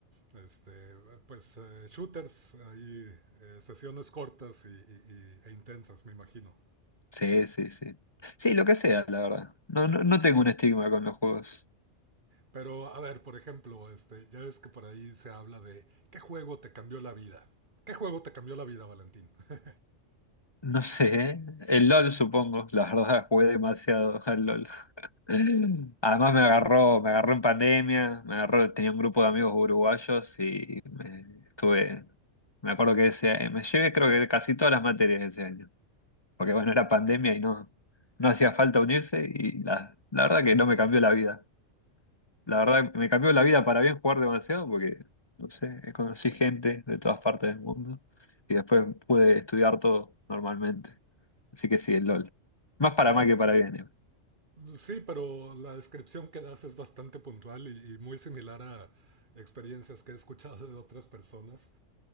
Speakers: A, on the right (about 40°); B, on the left (about 25°).
A: este, pues eh, shooters, ahí, eh, sesiones cortas y- y- y- e intensas, me imagino.
B: Sí, sí, sí. Sí, lo que sea, la verdad. No, no, no tengo un estigma con los juegos.
A: Pero, a ver, por ejemplo, este, ya ves que por ahí se habla de qué juego te cambió la vida. ¿Qué juego te cambió la vida, Valentín? <laughs>
B: No sé, el LOL supongo, la verdad jugué demasiado al LOL. <laughs> Además me agarró, me agarró en pandemia, me agarró, tenía un grupo de amigos uruguayos y me estuve, me acuerdo que ese, me llevé creo que casi todas las materias ese año, porque bueno, era pandemia y no, no hacía falta unirse y la, la verdad que no me cambió la vida. La verdad, me cambió la vida para bien jugar demasiado porque, no sé, conocí gente de todas partes del mundo y después pude estudiar todo normalmente. Así que sí, el LOL. Más para
A: Eh,
B: mal que para bien.
A: sí, pero la descripción que das es bastante puntual y, y muy similar a experiencias que he escuchado de otras personas.